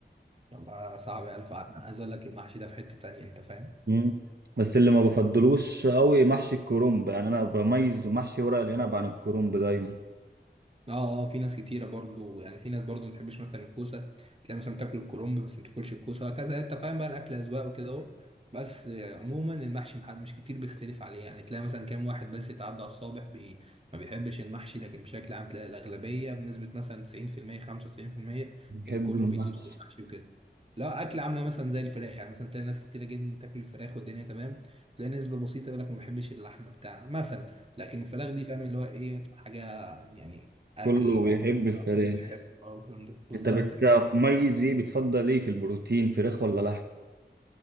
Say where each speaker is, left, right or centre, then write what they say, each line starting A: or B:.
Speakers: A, on the right; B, on the right.
A: والله صعب الف انا عايز اقول لك المحشي ده في حته تانية انت فاهم
B: مم. بس اللي ما بفضلوش قوي محشي الكرنب يعني انا بميز محشي ورق العنب عن الكرنب دايما
A: اه اه في ناس كتيرة برضو يعني في ناس برضو ما تحبش مثلا الكوسة تلاقي مثلا بتاكل الكرنب بس ما تاكلش الكوسة وهكذا انت فاهم بقى الأكل أذواق وكده اهو بس آه، عموما المحشي محد مش كتير بيختلف عليه يعني تلاقي مثلا كام واحد بس يتعدى على الصابع بي ما بيحبش المحشي لكن بشكل عام تلاقي الأغلبية بنسبة مثلا 90% 95%
B: بيحبوا
A: الكل
B: المحشي
A: بيدوس في المحشي وكده لا أكل عاملة مثلا زي الفراخ يعني مثلا تلاقي ناس كتيرة جدا تاكل الفراخ والدنيا تمام تلاقي نسبة بسيطة يقول لك ما بحبش اللحمة بتاع مثلا لكن الفراخ دي فاهم اللي هو ايه حاجة يعني اكل
B: كله بيحب
A: اكل
B: الفراخ
A: كله بيحبه اه والكلام ده بالظبط
B: انت بتميز
A: يعني.
B: ايه بتفضل ايه في البروتين فراخ ولا لحم